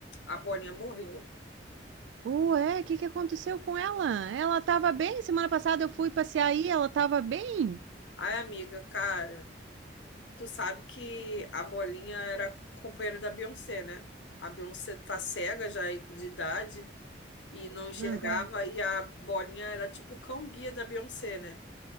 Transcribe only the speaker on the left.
A Bolinha morreu.
Ai, amiga, cara, tu sabe que a Bolinha era companheira da Beyoncé, né? A Beyoncé tá cega já de idade e não enxergava,
e a Bolinha era tipo o cão-guia da Beyoncé, né?